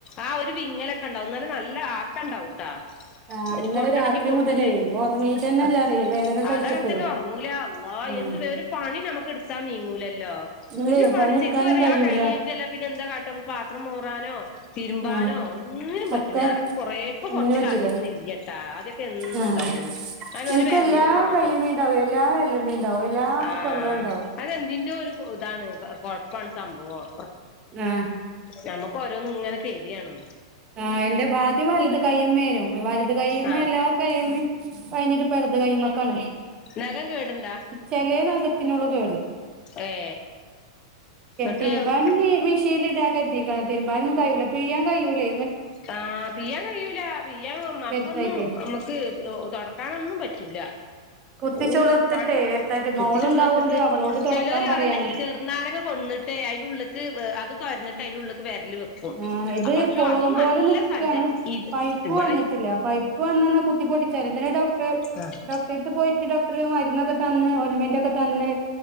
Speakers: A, on the left (about 35°); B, on the right (about 30°).
A: ആഹ് ഒരു വിങ്ങലൊക്കെണ്ടാവും ന്നാലും നല്ല ആക്ക ഇണ്ടാവുംട്ടാ
B: ആഹ് ഇന്നലെ
A: പൊട്ടണെങ്കി
B: രാത്രി
A: പൊട്ടും
B: മുതലേ
A: ചെയ്യും
B: ഉറങ്ങീട്ടന്നെല്ലാറി
A: ആഹ്
B: വേദന സഹിച്ചിട്ടേ
A: അതങ്ങനത്തന്നാ ഒറങ്ങൂല ആ
B: ഉം
A: എന്തു <unintelligible> വേ ഒരു പണി നമ്മക്ക് എടുത്താ നീങ്ങൂലല്ലോ
B: ഇല്ലേ
A: ഒരു പണി
B: പണിയെടുക്കാനും
A: സേത്ത <unintelligible> പറ
B: കഴിയൂല
A: ആ കൈയ്യ് ചിലപ്പ <unintelligible> ന്നെ എന്താ കാട്ടാ പാത്രം മോറാനോ തിരുമ്പാനോ
B: ആഹ്
A: ഒന്നിനും പറ്റുല
B: ഒക്കെ
A: ഞാനൊക്കെ കൊറേ
B: ഒന്നിനും
A: കൊറച്ച്
B: പറ്റൂല
A: കാലത്തിനില്ലാട്ടാ ആദ്യ എന്നും
B: ആഹ്
A: ഉണ്ടാവൂന്ന് അയ്ന്നെ
B: എനിക്ക്
A: ഒരു വെരലിന്
B: എല്ലാ
A: മാത്രം
B: കയ്യുമ്മേണ്ടാവും എല്ലാ വെരലുമ്മേണ്ടാവും എല്ലാ
A: ആഹ്
B: കൊല്ലവും ഉണ്ടാവും
A: അതെന്തിന്റെ ഒരു ഇതാണ് കൊഴപ്പാണ് സംഭവം
B: ആഹ്
A: ഞമ്മക്ക് ഓരോന്നിങ്ങനെ തര്യാണ്
B: ആഹ് എന്റെ ആദ്യം വലത് കയ്യുമ്മേന്നു വലുത് കൈയ്യുമ്മേ
A: ആ
B: എല്ലാ കൈയ്യുമ്മേം കഴിഞ്ഞിട്ട് ഇപ്പെടുത് കൈയ്യുമ്മക്കാണ്
A: നെഖം കേടിണ്ടാ
B: ചെല നെഖത്തിനുള്ളു കേട്
A: ഏ എന്നിട്ട്
B: തിരുമ്പാനിനി മിഷ് <unintelligible> ഇടാ കരിതീക്കണ് തിരുമ്പാനൊന്നും കയ്യൂല പിഴ്യാൻ കയ്യൂലേ
A: ആഹ് പിയ്യാൻ കയ്യൂല പിയ്യാ അപ്പൊന്നും
B: വരുത്തായിട്ടേ
A: ഇമ്മക്കേ തൊടക്കാനൊന്നും പറ്റൂല
B: കുത്തിച്ചു
A: ഈഹ്
B: വളർത്തിട്ടേ
A: പണി
B: വരുത്തായിട്ട്
A: <unintelligible>
B: മോളുണ്ടാവോണ്ട് അവളോട് തൊടക്കാൻ
A: ചെലോര്
B: പറയാണ്
A: അട ചെർന്നാരങ്ങ കൊട്ന്നിട്ടേ അയ്ൻ്റെ ഉള്ളക്ക് അത് തൊരന്നിട്ട് അയ്ൻ്റെ ഉള്ള്ക്ക് വെരല് വെക്കും
B: ഉം ഇത്
A: പക്ഷെ
B: പൊളം
A: അതും
B: പോലെ
A: നല്ല
B: നിക്കാണ്
A: സഞ്ച ഇത്
B: പയ്യ്പ്പ്
A: ഇവിടെ
B: വന്നിട്ടില്ല പയ്യ്പ്പ് വന്നാന്ന കുത്തി പൊട്ടിച്ചാ മതി ഇന്നലെ ഡോക്ടറ്
A: ആഹ്
B: ഡോക്ടറെ എടുത്ത് പോയിട്ട് ഡോക്ടറ് മരുന്നൊക്കെ തന്ന് ഓയിൽമെന്റൊക്കെ തന്ന്